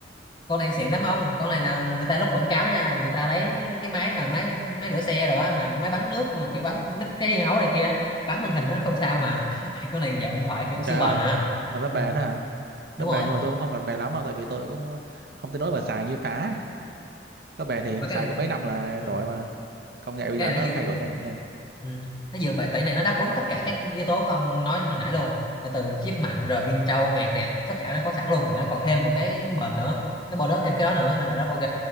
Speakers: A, on the left (about 25°); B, on the right (about 60°).
A: con này xịn lắm ông con này là người ta lúc quảng cáo nha người ta lấy cái máy mà máy máy rửa xe rồi á mà máy bắn nước mà kiểu bắn đứt cái hấu này kia bắn màn hình nó không sao mà <laughs> con này dạng điện thoại kiểu siêu
B: trời
A: bền
B: ơi
A: mà
B: là nó bền
A: ừ.
B: đó hả
A: đúng
B: nó bền
A: rồi
B: nhưng mà tôi cũng không cần bền lắm đâu tại vì tôi cũng không tới nỗi mà xài như phá có bền thì
A: mà cái
B: xài
A: này
B: có mấy năm là
A: ừ,
B: đổi mà công nghệ bây
A: cái
B: giờ
A: này
B: nó
A: nó dựa
B: thay đổi nhanh nha
A: ừ, nó dựa bài tẩy này nó đáp ứng tất cả các yếu tố của ông nói hồi nãy luôn là từ chip mạnh rồi pin trâu màn đẹp tất cả nó có sẵn luôn mà nó còn thêm một cái bền nữa nó bonus thêm cái đó nữa nên là rất ok